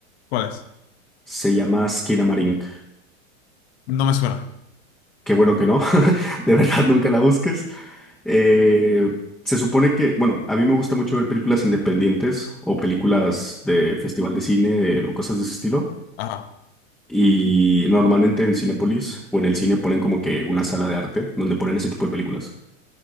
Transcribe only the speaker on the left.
¿cuál es?
No me suena.
Ajá.